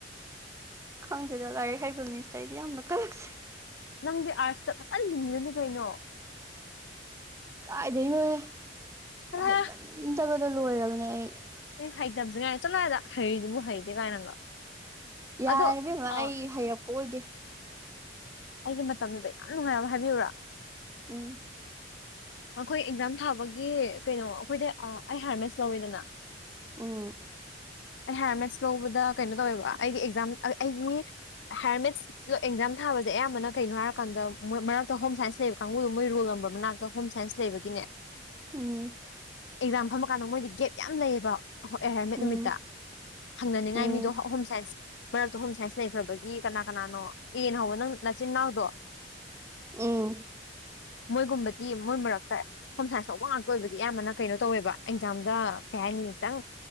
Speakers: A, on the right; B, on the left.
A: ꯈꯪꯗꯦꯗ ꯂꯥꯏꯔꯤꯛ ꯍꯩꯕ ꯃꯤꯁꯦ ꯑꯩꯗꯤ ꯌꯥꯝꯅ ꯀꯜꯂꯛꯆꯩ꯫
B: ꯅꯪꯗꯤ ꯑꯥꯔꯠꯁꯇ ꯐꯖꯅ ꯂꯤꯡꯉꯤꯗꯨꯅꯤ ꯀꯩꯅꯣ
A: ꯀꯥꯏꯗꯩꯅꯣꯍꯦ
B: ꯆꯠꯂꯣꯍꯦ
A: ꯍꯩꯃꯟꯗꯕꯗ ꯂꯣꯏꯔꯕꯅꯦ ꯑꯩ꯫
B: <unintelligible> ꯆꯠꯂꯣꯍꯦ ꯑꯗ ꯍꯩꯔꯤꯗꯨꯕꯨ ꯍꯩꯇꯦ ꯀꯥꯏꯅꯒ
A: ꯌꯥꯔꯦ
B: ꯑꯗꯣ
A: ꯏꯕꯦꯝꯃ
B: ꯑ
A: ꯑꯩ ꯍꯩꯔꯛꯄ ꯑꯣꯏꯗꯦ꯫
B: ꯑꯩꯒꯤ ꯃꯇꯝꯗꯨꯗ ꯌꯥꯝ ꯅꯨꯡꯉꯥꯏꯕ ꯑꯃ ꯍꯥꯏꯕꯤꯌꯨꯨꯔꯥ꯫
A: ꯎꯝ
B: ꯑꯈꯣꯏ ꯑꯦꯛꯖꯥꯝ ꯊꯥꯕꯒꯤ ꯀꯩꯅꯣ ꯑꯩꯈꯣꯏꯗꯤ ꯑꯩ ꯍꯥꯏꯌꯥꯔꯃꯦꯁ ꯂꯧꯋꯤꯗꯅ꯫
A: ꯎꯝ
B: ꯑꯩ ꯍꯥꯏꯌꯔ ꯃꯦꯁ ꯂꯧꯕꯗ ꯀꯩꯅꯣ ꯇꯧꯋꯦꯕ ꯑꯩꯒꯤ ꯑꯦꯛꯖꯥꯝ ꯑꯩ ꯑꯩꯒꯤ ꯍꯥꯏꯌꯥꯔꯃꯦꯠꯁ ꯑꯦꯛꯖꯥꯝ ꯊꯥꯕꯁꯦ ꯑꯌꯥꯝꯕꯅ ꯀꯩꯅꯣ ꯍꯥꯏꯔꯀꯥꯟꯗ ꯃꯣꯏ ꯃꯔꯛ ꯍꯣꯝ ꯁꯥꯏꯟꯁ ꯂꯩꯕ ꯀꯥꯡꯕꯨꯗꯣ ꯃꯣꯏ ꯔꯣꯜ ꯅꯝꯕꯔ ꯃꯅꯥꯛꯇ ꯍꯣꯝ ꯁꯥꯏꯟꯁ ꯂꯩꯕꯒꯤꯅꯦ
A: ꯎꯝ
B: ꯑꯦꯛꯖꯥꯝ ꯐꯝꯃ ꯀꯥꯟꯗ ꯃꯣꯏꯗꯤ ꯒꯦꯞ ꯌꯥꯝ ꯂꯩꯌꯦꯕ ꯑꯍꯣ ꯑꯩ ꯍꯥꯏꯌꯔꯃꯦꯠ
A: ꯎꯝ
B: ꯅꯨꯃꯤꯠꯇ ꯍꯪꯅꯅꯤꯉꯥꯏ
A: ꯎꯝ
B: ꯃꯤꯗꯣ ꯍꯣꯝ ꯁꯥꯏꯟꯁ ꯃꯔꯛꯇꯣ ꯍꯣꯝ ꯁꯥꯏꯟꯁ ꯂꯩꯈ꯭ꯔꯕꯒꯤ ꯀꯅꯥ ꯀꯅꯥꯅꯣ ꯑꯦꯅ ꯍꯧꯕ ꯅꯪ ꯅꯆꯤꯟꯅꯥꯎꯗꯣ
A: ꯎꯝ
B: ꯃꯣꯏꯒꯨꯝꯕꯗꯤ ꯃꯣꯏ ꯃꯔꯛꯇ ꯍꯣꯝ ꯁꯥꯏꯟꯁ ꯂꯧꯕ ꯉꯥꯛꯇ ꯑꯣꯏꯕꯒꯤ ꯑꯌꯥꯝꯕꯅ ꯀꯩꯅꯣ ꯇꯧꯋꯦꯕ ꯑꯦꯛꯖꯥꯝꯗ ꯀꯩ ꯍꯥꯏꯅꯤ ꯈꯤꯇꯪ